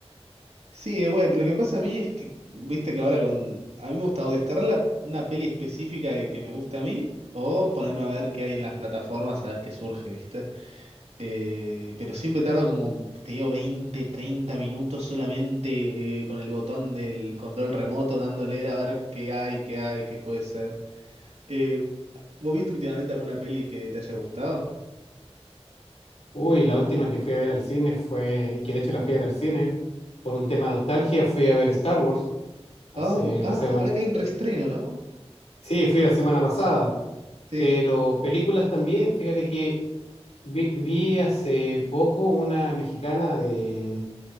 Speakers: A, on the right; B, on the left.
A: Sí, eh, bueno, pero lo que pasa a mí es que, viste que ahora con... A mí me gusta o descargar la- una peli específica y que me gusta a mí, o ponerme a ver qué hay en las plataformas, a ver qué surge, ¿viste? Eh, pero siempre tardo como, te digo, 20 30 minutos solamente eh, con el botón del control remoto dándole a ver qué hay, qué hay, qué puede ser. Eh, ¿vos viste últimamente alguna peli que te haya gustado?
B: Uy, la última que fui a ver al cine fue, y que de hecho la fui a ver al cine, por un tema de nostalgia, fui a ver Star Wars hace
A: Ah, m- ah,
B: la semana,
A: verdad que hay un reestreno, ¿no?
B: sí, fui la semana pasada,
A: Sí,
B: pero películas también, fíjate que vi, vi hace poco una mexicana de